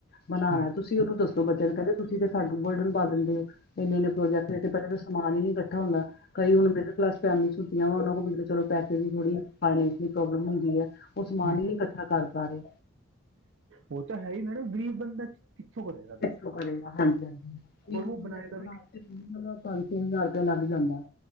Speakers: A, on the left; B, on the right.
A: ਬਣਾਉਣਾ
B: ਹੂੰ
A: ਤੁਸੀਂ ਉਹਨੂੰ ਦੱਸੋ ਬੱਚਿਆਂ ਨੂੰ ਕਹਿੰਦੇ ਤੁਸੀਂ ਤਾ ਸਾਨੂ ਬਰਡਨ ਪਾ ਦੇਂਦੇ ਓ। ਇੰਨੇ ਇਨ ਪ੍ਰੋਜੈਕਟ ਤੇ ਪਹਿਲਾਂ ਤਾਂ ਸਮਾਨ ਹੀ ਨ ਨਹੀਂ ਇਕੱਠਾ ਹੁੰਦਾ ਕਈ ਹੁ ਮਿਡਲ ਕਲਾਸ ਫੈਮੱਆਂ ਵਾ ਉਹਨਾਂ ਕੋਲ ਮਤ। ਚਲੋ ਪੈਸੇ ਦੀ ਥੋੜੀ ਫਾਇਨਾਂਸ ਪ੍ਰੋਬਲਮ ਹੁੰਦੀ ਹੈ ਉਹ ਸਮਾਨ
B: ਹੂੰ
A: ਨੀ ਇਕੱਠਾ ਕਰ ਪਾ ਰਹੇ।
B: ਉਹ ਤਾਂ ਹੈ ਹੀ ਮੈਡਮ ਗ਼ਰੀਬ ਬੰਦਾ ਕਿੱਥੋਂ ਕਰੇਗਾ ਦੱਸੋ
A: ਇਥੋਂ ਕਰੇਗਾ ਹਾਂਜੀ ਹਾਂਜੀ ਇੱਕ
B: ਔਰ ਉਹ
A: ਪ੍ਰੋਜੈਕਟ
B: ਬਣਾਏਗਾ
A: ਬਣਾ
B: ਵੀ
A: ਪੰਜ ਤਿੰਨ ਹਜ਼ਾਰ ਰੁਪਇਆ ਲੱਗ ਜਾਂਦਾ